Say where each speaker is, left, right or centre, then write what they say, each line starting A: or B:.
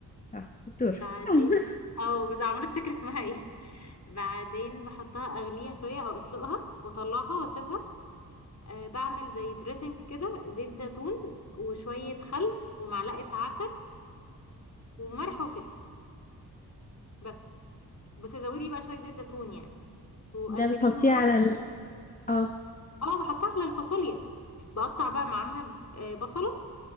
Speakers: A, on the left; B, on the left.
A: صح شطور
B: بعدين
A: <laughs>
B: او بس عمالة افتكر اسمها ايه بعدين بحطها اغليها شوية او اسلقها واطلعها واسيبها أه بعمل زي دريسنج كده زيت زيتون وشوية خل ومعلقة عسل وملح وفلفل بس بس زودي بقى شوية زيت زيتون يعني وقلبيهم
A: ده بتحطيه
B: بقى
A: على ال... اه
B: اه بحطها على الفاصوليا بقطع بقى معاها آه، بصلة